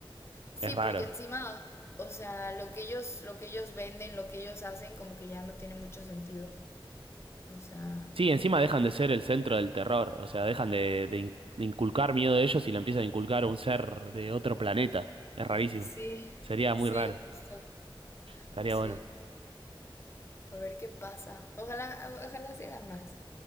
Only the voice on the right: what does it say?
Es raro.
Sí, encima dejan de ser el centro del terror, o sea, dejan de, de in- de inculcar miedo de ellos y lo empiezan a inculcar a un ser de otro planeta. Es rarísimo.
Sería muy
raro,
estaría
bueno.